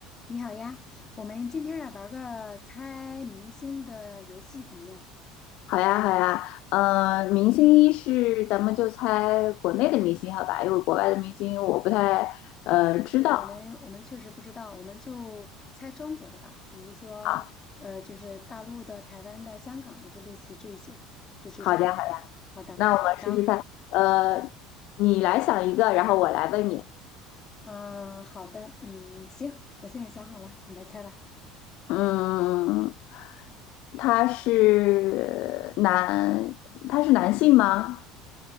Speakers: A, on the left (about 25°); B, on the left (about 55°).
A: 你好呀，我们今天来玩个猜明星的游戏怎么样？
B: 好呀，好呀，呃，明星一是咱们就猜国内的明星，好吧？因为国外的明星我不太呃知道
A: 对，我们我们确实不知道，我们就猜中国的吧，比如说呃，
B: 啊。
A: 就是大陆的、台湾的、香港的，就类似这些，就这种。
B: 好的，好的，
A: 好的，
B: 那我们试试看。
A: 然后
B: 呃，
A: 对，
B: 你来想一个，然后我来问你。
A: 嗯、好的，嗯，行，我现在想好了，你来猜吧。
B: 嗯，他是男，他是男性吗？